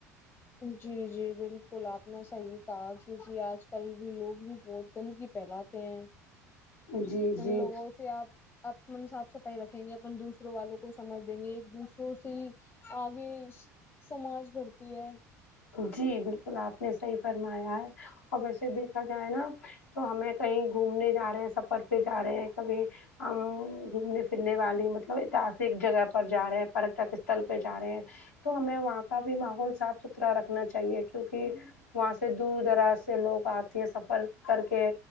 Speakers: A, on the left; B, on the left.
A: جی جی بالکل آپ نے صحیح کہا کیونکہ آج کل بھی لوگ بھی بہت گندگی پھیلاتے ہیں
B: جی
A: ان
B: جی
A: لوگوں سے اپ اپن صاف صفائی رکھیں گے اپن دوسروں والوں کو سمجھ دیں گے ایک دوسروں سے ہی آگے سماج بڑھتی ہے
B: جی بالکل آپ نے صحیح فرمایا ہے اور ویسے دیکھا جائے نا تو ہمیں کہیں گھومنے جا رہے ہیں سفر پہ جا رہے ہیں کبھی ہم گھومنے پھرنے والے مطلب ایتحسک جگہ پر جا رہے ہیں پٹک استل پہ جا رہے ہیں تو ہمیں وہاں کا بھی ماحول صاف ستھرا رکھنا چاہیے کیونکہ وہاں سے دور دراز سے لوگ آتے ہیں سفر کر کے